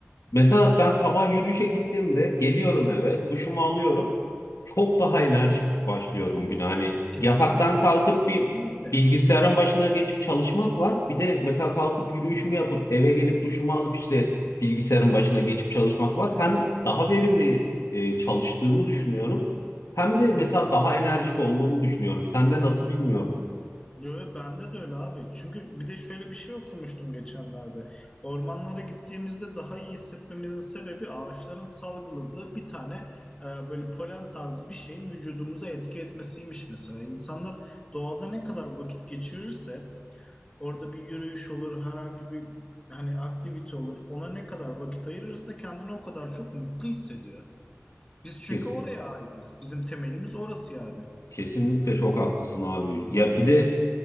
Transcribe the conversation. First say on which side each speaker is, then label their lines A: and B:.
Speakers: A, on the left; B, on the left.
A: Mesela ben sabah yürüyüşe gittiğimde geliyorum eve, duşumu alıyorum. Çok daha enerjik başlıyorum güne. Hani
B: Kesinlikle,
A: yataktan kalkıp
B: kesinlikle.
A: bir bilgisayarın başına geçip çalışmak var. Bir de mesela kalkıp yürüyüşümü yapıp eve gelip duşumu alıp işte bilgisayarın başına geçip çalışmak var. Hem daha verimli e, çalıştığımı düşünüyorum. Hem
B: Hı
A: de
B: hı.
A: mesela daha enerjik olduğumu düşünüyorum. Sende nasıl bilmiyorum.
B: Yo, yo, bende de öyle abi. Çünkü bir de şöyle bir şey okumuştum geçenlerde. Ormanlara gittiğimizde daha iyi hissetmemizin sebebi ağaçların salgıladığı bir tane e, böyle polen tarzı bir şeyin vücudumuza etki etmesiymiş mesela. İnsanlar doğada ne kadar vakit geçirirse orada bir yürüyüş olur, herhangi bir hani aktivite olur. Ona ne kadar vakit ayırırsa kendini o kadar çok mutlu hissediyor. Biz çünkü
A: Kes-
B: oraya aitiz. Bizim temelimiz orası yani.
A: kesinlikle çok haklısın abi. Ya bir de